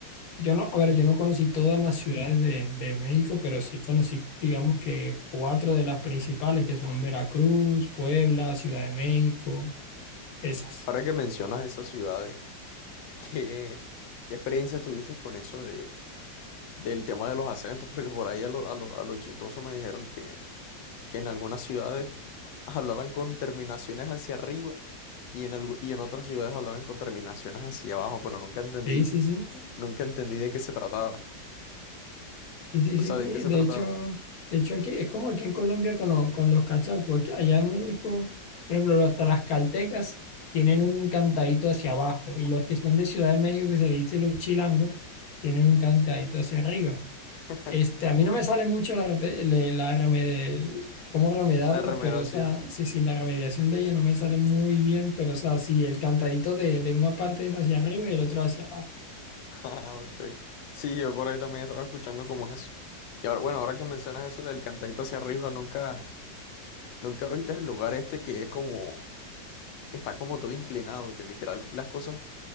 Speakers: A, on the left; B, on the left.
A: Yo no, a ver, yo no conocí todas las ciudades de, de México, pero sí conocí, digamos que cuatro de las principales, que son Veracruz, Puebla, Ciudad de México, esas.
B: Ahora que mencionas esas ciudades, <laughs> ¿qué, qué experiencia tuviste con eso de, del tema de los acentos? Porque por ahí a los a lo, a lo chistoso me dijeron que, que en algunas ciudades <laughs> hablaban con terminaciones hacia arriba Y en, algu- y en otras ciudades hablaban con terminaciones hacia abajo, pero nunca entendí,
A: Sí, sí, sí, sí,
B: nunca entendí de qué se trataba.
A: sí, sí,
B: O
A: sí,
B: sea, de
A: sí.
B: qué se
A: De
B: trataba.
A: hecho, de hecho aquí es como aquí en Colombia con, lo- con los cachacos, aquí- allá en México, por ejemplo, hasta las caltecas tienen un cantadito hacia abajo y los que son de Ciudad de México, que se le dice los chilangos, tienen un cantadito hacia arriba.
B: <laughs>
A: Este, a mí no me sale mucho la, repe- le- la remede- cómo remedarlos,
B: La remedación.
A: pero o sea, sí, sí, la remediación de ella no me sale muy bien, pero o sea, sí, el cantadito de, de una parte es hacia arriba y el otro hacia abajo.
B: <laughs> Ah, ok. Sí, yo por ahí también estaba escuchando como eso. Y ahora, bueno, ahora que mencionas eso del cantadito hacia arriba, nunca, nunca viste el lugar este que es como, que está como todo inclinado, que literal las cosas